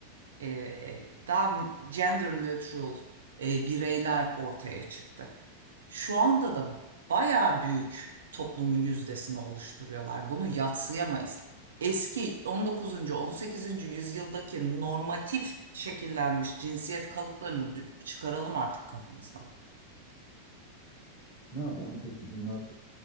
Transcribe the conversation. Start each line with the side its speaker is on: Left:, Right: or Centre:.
Right: e, daha gender neutral e, bireyler
Left: Evet.
Right: ortaya çıktı. Şu anda da bayağı büyük toplumun yüzdesini oluşturuyorlar. Bunu yadsıyamayız. Eski 19. 18. yüzyıldaki normatif şekillenmiş cinsiyet kalıplarını dü- çıkaralım artık kafamızdan.
Left: Ne yapalım peki bunlar